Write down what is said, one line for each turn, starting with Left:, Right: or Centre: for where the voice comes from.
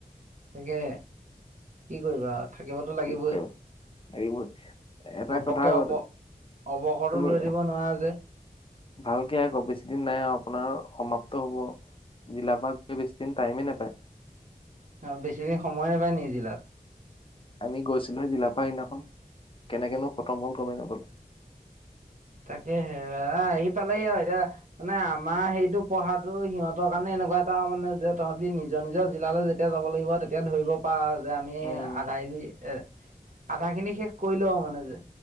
Right: তাকে, কি কৰিবা? থাকিবতো লাগিবই,
Left: কি কৰো লাগিবই। এটা
Right: ঘপককে
Left: কথা আকৌ
Right: হ'ব। অৱসৰো
Left: তুমি
Right: লৈ দিব নোৱাৰা যে।
Left: ভালকে আকৌ বেছি দিন নাই আৰু আপোনাৰ সমাপ্ত হ'ব। জিলাপা গ বেছিদিন টাইমেই নাপায়।
Right: অ', বেছি দিন সময় নাপায় নিজিলো।
Left: আমি গচিলহ জিলা পা সনাখন কেনেকেনো খতম হ'ল গম ন বোলো।
Right: তাকে সে আহি পালেহি আৰু এতিয়া মানে আমাৰ সেইটো পঢ়াটো সিহঁতৰ কাৰণে এনেকুৱা এটা মানে যে তহঁতি নিজৰ নিজৰ জিলালৈ যেতিয়া যাব লাগিব তেতিয়া ধৰিব পাৰ যে আমি
Left: উম
Right: আধা হৰি এ আধা খিনি শেষ কৰি লওঁ মানে যে